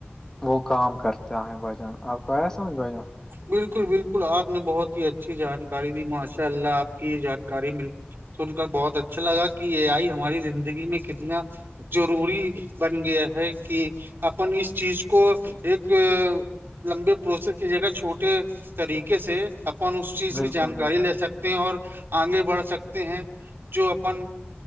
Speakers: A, on the left; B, on the right.
A: وہ کام کرتا ہے بھ جان آپ کو آیا سمجھ بھائی جان
B: بالکل بالکل آپ نے بہت ہی اچھی جانکاری دی ماشاء اللہ آپ کی یہ جانکاری مل سن کر بہت اچھا لگا کہ یہ آئی ہماری زندگی میں کتنا ضروری بن گیا ہے کہ اپن اس چیز کو ایک لمبے پروسیس کیجیے گا چھوٹے طریقے سے اپن اس چیز
A: بالکل
B: کی جانکاری
A: بالکل
B: لے سکتے ہیں اور آگے بڑھ سکتے ہیں جو اپن